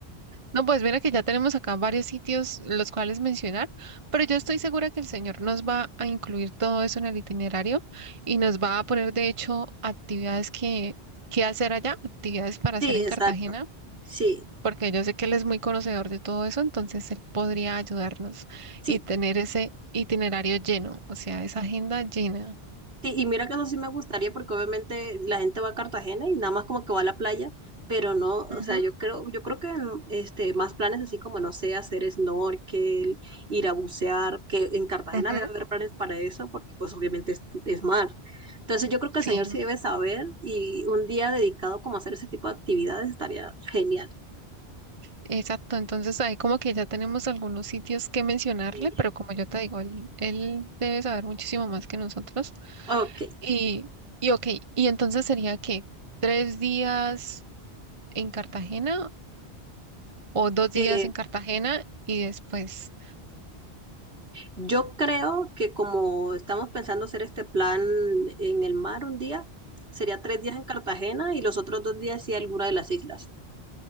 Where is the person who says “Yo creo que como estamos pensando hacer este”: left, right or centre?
Right